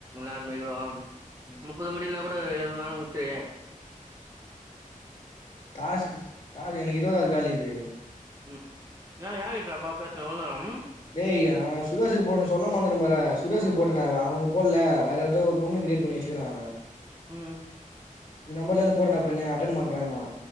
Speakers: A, on the right (about 25°); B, on the left (about 35°).
A: அந்தமாரி கோட
B: ம்
A: முப்பது முடிலனா கோட னு ஒரு ஏழு நாள்ல முடிச்சிரு
B: டாஸ்க் டாஸ்க் எனக்கு இருவதுதா காலிக்குது
A: ம் யா யாருகிட்றாப்பா பேசுன இவ்ள நேரம்
B: டேய் சுரேஷுக்கு போடனு சொல்ல மறந்துட்டம் பாரே சுரேஷுக்கு போட்டன் டா அவுனுக்கு போடல வேற யார்தோ ஒரு பொண்ணுக் கிரியேட் பண்ணி வச்சுருக்றா அவ
A: ம்
B: இந்த நம்பர்ல இருந்து போடறனா பிரேமு அட்டன் பண்றேன்னா